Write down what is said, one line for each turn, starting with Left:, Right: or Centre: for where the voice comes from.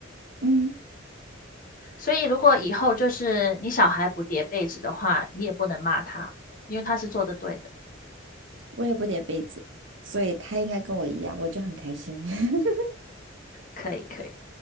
Right: 嗯，
Left: 所以如果以后就是你小孩不叠被子的话，你也不能骂他，因为他是做的对的。
Right: 我也不叠被子，所以他应该跟我一样，我就很开心。<laughs>
Left: 可以，可以，